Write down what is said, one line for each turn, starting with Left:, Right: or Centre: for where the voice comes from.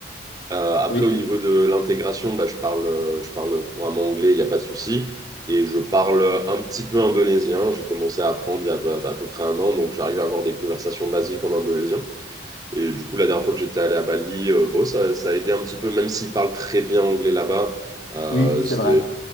Right: Euh, après,
Left: oui,
Right: au niveau de l'intégration, bah, je parle, euh, je parle couramment anglais, il n'y a pas de souci. Et je parle euh, un petit peu indonésien. J'ai commencé à apprendre il y a à, à peu près un an, donc j'arrive à avoir des conversations basiques en indonésien. Et du coup, la dernière fois que j'étais allé à Bali, euh, bon, ça, ça a aidé un petit peu, même s'ils parlent très bien anglais là-bas, euh,
Left: oui, c'est
Right: c'était-
Left: vrai.